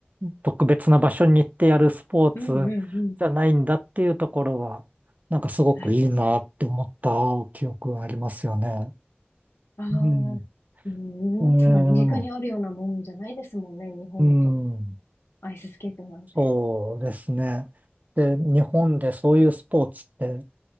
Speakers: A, on the right; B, on the left.
A: 特別な場所に行ってやるスポーツじゃないんだっていうところは、
B: うんうんうん。
A: なんかすごくいいなって思った記憶がありますよね。
B: はい。ああ、
A: うん。
B: うん、
A: うん。
B: なんかそんな身近にあるようなもんじゃないですもんね、日本だと。
A: うん
B: アイススケートなんて。
A: そうですね。で、
B: うん。
A: 日本でそういうスポーツって、